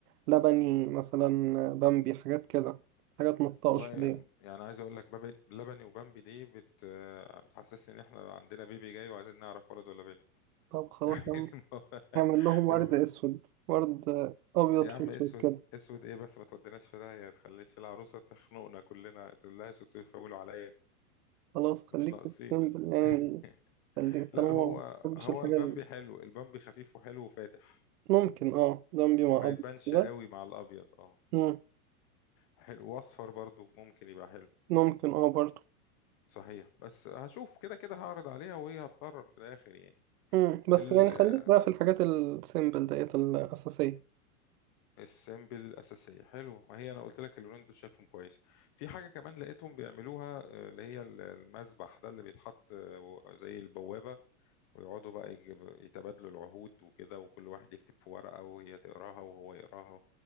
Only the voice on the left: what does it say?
والله
يعني عايز اقول لك بابي لبني وبامبي دي بت آه، بتحسسني ان احنا عندنا بيبي جاي وعايزين نعرف ولد ولا بنت
<laughs>
المو...
المو...
يا
عم
اسود
اسود ايه بس ما توديناش في داهيه تخليش العروسه تخنقنا كلنا تقول لها سوتوا تفولوا عليا
مش ناقصين
لا
<laughs>
لا
هو
هو
البامبي
حلو البامبي خفيف وحلو وفاتح
ما
يبانش
قوي مع الابيض اه
حلو واصفر برضو ممكن يبقى حلو
صحيح بس هشوف كده كده هعرض عليها وهي هتقرر في الاخر يعني
ال-
آه،
السيمبل الأساسية حلو ما هي أنا قلت لك اللونين دول شايفهم كويس في حاجة كمان لقيتهم بيعملوها آه، اللي هي ال- المذبح ده اللي بيتحط آه، زي البوابة ويقعدوا بقى يجيب- يتبادلوا العهود وكده وكل واحد يكتب في ورقة وهي تقراها وهو يقراها